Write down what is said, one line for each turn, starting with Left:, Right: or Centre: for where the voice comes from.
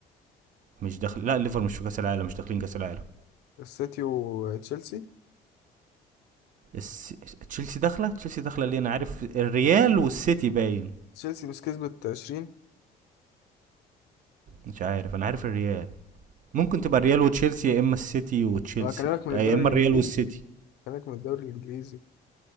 Right: مش داخل لا الليفر مش في كاس العالم مش داخلين كاس العالم
Left: السيتي وتشيلسي
Right: الس... تشيلسي داخله تشيلسي داخله ليه انا عارف الريال والسيتي باين
Left: تشيلسي مش كسبت 20
Right: مش عارف انا عارف الريال ممكن تبقى الريال وتشيلسي يا اما السيتي وتشيلسي
Left: انا بكلمك من
Right: لا،
Left: الدوري
Right: يا اما
Left: الانجليزي
Right: الريال والسيتي
Left: بكلمك من الدوري الانجليزي